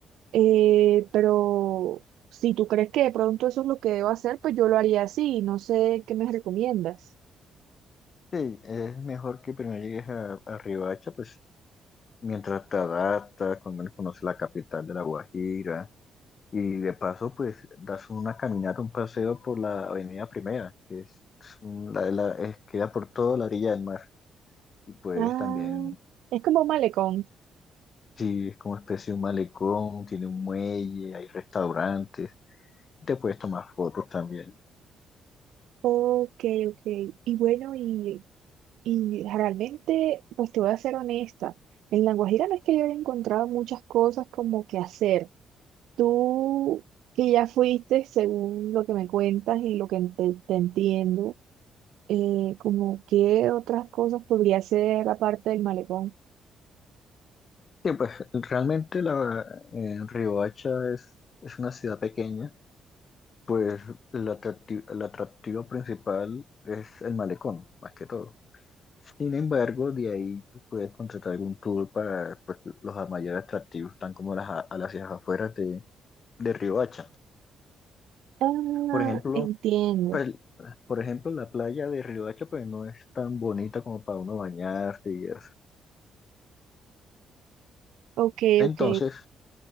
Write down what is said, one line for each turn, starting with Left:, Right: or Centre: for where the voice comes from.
Right: eh, pero si tú crees que de pronto eso es lo que debo hacer, pues yo lo haría así. No sé qué me recomiendas.
Left: Sí, es mejor que primero llegues a, a Riohacha, pues, mientras te adaptas, con menos conoces la capital de la Guajira. Y de paso, pues das una caminata, un paseo por la Avenida Primera, que es, un- la, la- es- queda por toda la orilla del mar. Y pues
Right: Ah,
Left: también,
Right: es como un malecón.
Left: sí, es como especie de un malecón, tiene un muelle, hay restaurantes, te puedes tomar fotos también.
Right: Ok, ok. Y bueno, ¿y Y realmente, pues te voy a ser honesta, en La Guajira no es que yo haya encontrado muchas cosas como que hacer. Tú que ya fuiste, según lo que me cuentas y lo que te, te entiendo, eh, como qué otras cosas podría hacer aparte del malecón.
Left: Y pues realmente la, eh, Riohacha es, es una ciudad pequeña, pues el atracti- el atractivo principal es el malecón, más que todo. Sin embargo, de ahí tú puedes contratar algún tour para pues, los mayores atractivos, están como las, a a las afueras de, de Riohacha.
Right: Ah,
Left: Por ejemplo,
Right: entiendo.
Left: pues, por ejemplo, la playa de Riohacha pues, no es tan bonita como para uno bañarse y eso.
Right: Ok,
Left: Entonces,
Right: ok.